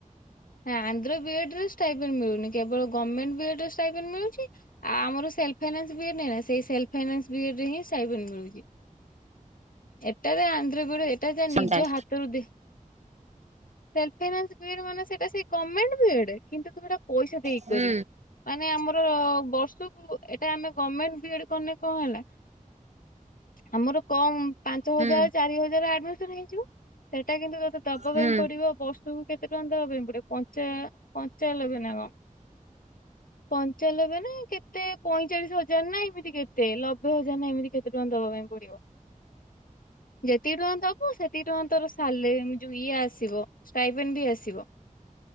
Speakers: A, on the left; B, on the right.
A: ଆନ୍ଧ୍ର ବି ଡି ରେ ଷ୍ଟାଇପେନ୍ ମିଳୁନି କେବଳ ଗମେଣ୍ଟ୍ ବି ଡି ରେ ଷ୍ଟାଇପେନ୍ ମିଳୁଚି ଆ ଆମର ସେଲ୍ଫଫାଇନାନ୍ସ ବି ଡି ନୁହେଁ ନା ସେଇ ସେଲ୍ଫଫାଇନାନ୍ସ ବି ଡି ରେ ହିଁ ଷ୍ଟାଇପେନ୍ ମିଳୁଚି ଏଟାରେ ଆନ୍ଧ୍ର ବି ଡି ରେ ଟା ତା
B: ସନ୍ତାଏ
A: ନି ହାତରୁ ଦେଇ ସେଲ୍ଫଫାଇନାନ୍ସ ବି ଡି ମାନେ ସେଟା ସେଇ ଗମେଣ୍ଟ ବିଏଡ କିନ୍ତୁ ତୁମେ ହେଟା ପଇସାଦେଇକି
B: ହୁଁ
A: କରିବୁ ମା ମେ ଆମର ବର୍ଷକୁ ଏଟାଆମେ ଗଭମେଣ୍ଟ ବିଏଡ କଲେ କଣ ହେଲା ଆମର କମ ପାଞ୍ଚହଜାର
B: ହୁଁ
A: ଚାରିହଜାର ଆଡଭା <unintelligible> ହେଇଯିବ। ସେଟାକିନ୍ତୁ ତତେ ଦବାପାଇଁ
B: ହୁଁ
A: ପଡିବ ବର୍ଷ କୁ କେତେ ତୁରନ୍ତ ଦବା ପାଇଁ ପଡିବ ପଞ୍ଚା ପଞ୍ଚାଲବେ ନା କଣ। ପଞ୍ଚାଲବେ ନା କେତେ ପଇଁଚାଳିଶ ହଜାର ନା ଏମିତି କେତେ ଲବେ ହଜାର ନା ଏମିତି କେତେ ଟଙ୍କା ଦବା ପାଇଁ ପଡିବ ଯେତିକି ଟଙ୍କା ଦବୁ ସେ କ ଟଙ୍କା ତୋର ସାଲେ ଯୋଉ ଇଏ ଆସିବ ଷ୍ଟାଇପେନ୍ ବି ଆସିବ।